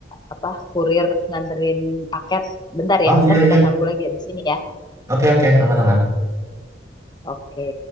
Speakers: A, on the left (about 25°); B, on the right (about 20°).
A: apa kurir nganterin paket. Bentar
B: oh
A: ya.
B: iya
A: Ntar kita
B: iya
A: sambung lagi ya di sini ya.
B: oke oke aman-aman
A: Oke.